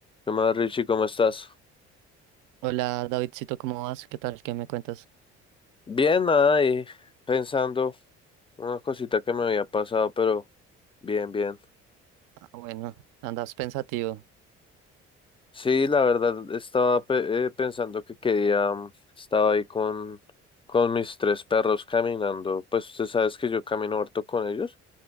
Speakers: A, on the left (about 15°); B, on the right (about 65°).
A: ¿Qué más, Richie? ¿Cómo estás?
B: Hola Davidcito, ¿cómo vas? ¿Qué tal? ¿Qué me cuentas?
A: Bien, nada, y pensando una cosita que me había pasado, pero bien, bien.
B: Ah, bueno, andas pensativo.
A: Sí, la verdad, estaba pe- eh, pensando que quería, mm, estaba ahí con, con mis tres perros caminando, pues usted sabes que yo camino harto con ellos.